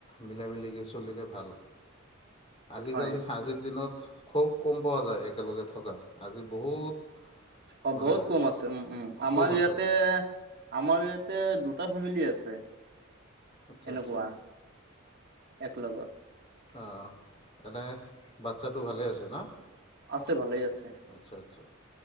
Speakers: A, on the left; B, on the right.
A: মিলা-মিলিকে চলিলে ভাল। আজিকালি
B: হয়
A: আজিৰ দিনত খুব কম পোৱা যায় একেলগে থকা। আজি বহুত
B: অ,
A: মানে
B: বহুত কম আছে উম, উম। আমাৰ
A: কম আছে
B: ইয়াতে আমাৰ ইয়াতে দুটা ফেমিলি আছে
A: আচ্ছা
B: এনেকুৱা
A: আচ্ছা
B: একলগত।
A: অঁ, এনেই বাচ্ছাটো ভালে আছে ন'?
B: আছে, ভালেই আছে।
A: আচ্ছা, আচ্ছা